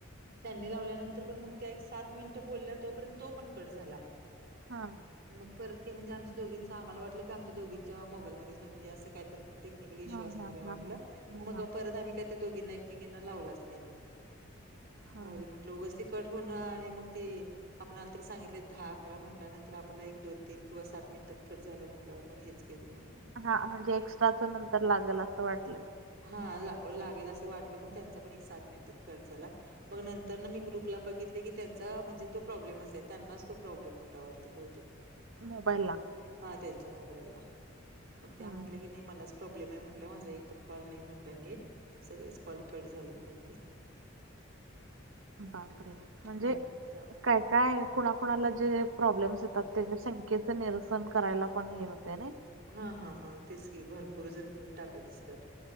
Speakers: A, on the right; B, on the right.
A: त्यांनी लावल्यानंतर, पण मग त्या एक सात मिनिटं बोलल्या. तोपर्यंत तो पण कट झाला.
B: हा.
A: मग परत काय म्हणजे, आमच्या दोघींच आम्हाला वाटलं की, आमच्या दोघींच्या मोबाईलमध्येच. म्हणजे असं काय तर टेक्निकल इश्यू
B: हा
A: असणारय
B: हा
A: वाटलं.
B: हा हा.
A: मग परत आम्ही काही त्या दोघींना एकमेकांना लावलाच नाही बघ.
B: हा
A: राहुदे म्हटलं उगच ती कट होण आणि मग ते. आपल्याला तर सांगितले दहा अकरा म्हटल्यानंतर आपल्याला एक दोन तीन किंवा सात मिनिटात खट झालं म्हटल्यावर मग हेच. केलं मग मी.
B: हा म्हणजे एक्स्ट्राचं नंतर लागेल असं वाटलं.
A: हा ला लागेल असं वाटलं मग त्यांचा पण एक सात मिनिटात कट झाला. मग नंतर ना मी ग्रुपला बघितले की त्यांचा म्हणजे तो प्रॉब्लेमच आहे त्यांनाच तो प्रॉब्लेम होता वाटत भुतेक.
B: मोबाईल ला.
A: हा त्यांच्या मोबाईलला मग त्या
B: हम्म
A: म्हटल्या की नाही मलाच प्रॉब्लेम आहे म्हटलं माझा एक. एक कॉल नाही म्हट नीट सगळेच कॉल कट झाले म्हटले.
B: बापरे म्हणजे.
A: हम्म त्या-
B: काय काय कुणाकुणाला जे प्रॉब्लेम्स येतात त्याच्या शंख्येचे निरसन करायला पण हे होते ना.
A: हा हा हा तेच की भरपूर जण टाकत असतात.